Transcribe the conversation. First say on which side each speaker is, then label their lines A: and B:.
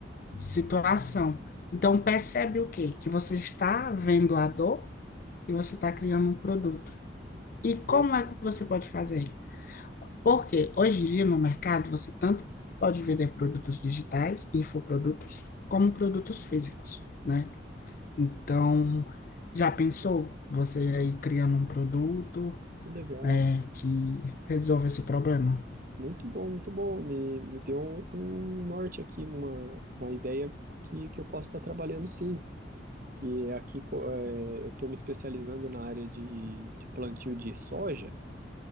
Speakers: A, on the left (about 45°); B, on the right (about 45°).
A: situação. Então, percebe o quê? Que você está vendo a dor e você está criando um produto. E como
B: Muito
A: é
B: bom,
A: que você pode fazer? Porque hoje em dia no mercado você tanto pode vender produtos digitais, infoprodutos, como produtos físicos, né? Então, já pensou você aí criando um produto
B: que legal.
A: é, que resolve esse problema.
B: Muito bom, muito bom. Me, me deu um, um norte aqui, uma, uma ideia que, que eu posso estar trabalhando sim. que aqui co- é, eu estou me especializando na área de, de plantio de soja